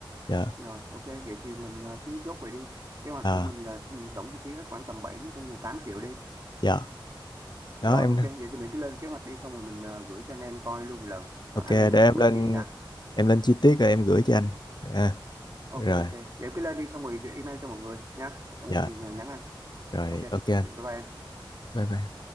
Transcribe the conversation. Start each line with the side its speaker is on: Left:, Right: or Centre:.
Left: dạ
Right: Rồi, ok, vậy thì mình à, cứ chốt vậy đi. Kế hoạch
Left: à,
Right: của mình là ừ, tổng chi phí hết khoảng tầm 7, coi như là 8 triệu đi.
Left: dạ đó
Right: Rồi,
Left: em
Right: ok, vậy thì mình cứ lên kế hoạch đi, xong rồi mình à, gửi cho anh em coi luôn lần.
Left: Ok,
Right: Đó, anh
Left: để
Right: em mình
Left: em
Right: cứ quyết
Left: lên
Right: gì đi đã.
Left: em lên chi tiết rồi em gửi cho anh. À,
Right: Ok,
Left: rồi,
Right: ok. Vậy cứ lên đi, xong rồi email cho mọi người nha. Không
Left: dạ,
Right: có gì nhờ nhắn anh.
Left: rồi
Right: Ok,
Left: ok anh.
Right: ok, bye bye em.
Left: Bye bye.